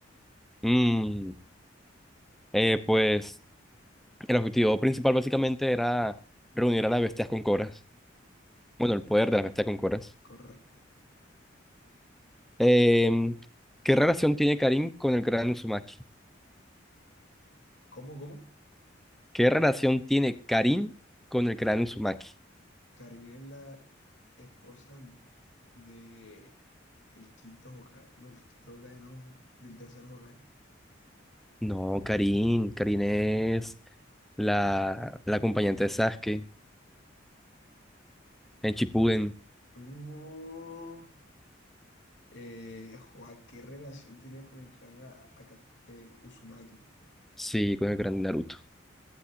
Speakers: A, in the centre; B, on the left.
A: Mm, eh, pues el objetivo principal básicamente era reunir a las bestias con coras. Bueno, el poder
B: Co-
A: de las bestias con coras.
B: correcto.
A: Em, ¿qué relación tiene Karin con el gran Uzumaki?
B: ¿Cómo, cómo?
A: ¿Qué relación tiene Karin con el gran Uzumaki?
B: Karin es la esposa de el quinto Hokage. No, el quinto Hokage no, del tercer Hokage.
A: No, Karin. Karin es la, la acompañante de Sasuke. En Shippuden,
B: No. Eh, joa, ¿qué relación tiene con el clan A- Aka- eh, Uzumaki?
A: sí, con el gran Naruto.